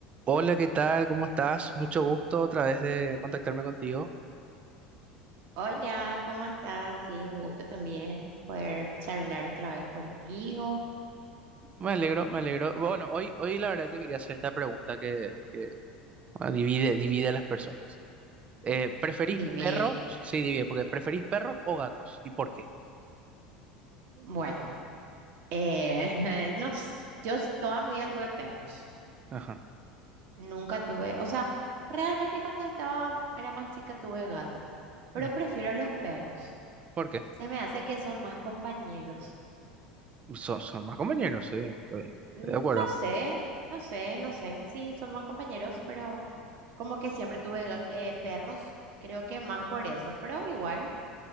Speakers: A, on the right; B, on the right.
A: Hola, ¿qué tal? ¿Cómo estás? Mucho gusto otra vez de contactarme contigo.
B: Hola, ¿cómo estás? Sí, un gusto también poder charlar otra vez contigo.
A: Me alegro, me alegro. Bueno, hoy, hoy la verdad te quería hacer esta pregunta que, que, ah, divide, divide a las personas. Eh, ¿preferís
B: Divide.
A: perros? Sí, divide, porque ¿preferís perros o gatos? ¿Y por qué?
B: Bueno, eh, <laughs> no, s- yo s- toda mi vida tuve perros.
A: Ajá.
B: Nunca tuve, o sea, realmente cuando estaba, era más chica tuve gato, pero
A: ujú.
B: prefiero los perros.
A: ¿Por qué?
B: Se me hace que son más compañeros.
A: Son, son más compañeros, sí, estoy,
B: N-
A: estoy de acuerdo.
B: No sé, no sé, no sé. Sí, son más compañeros, pero como que siempre tuve ga- eh, perros, creo que más por eso, pero igual,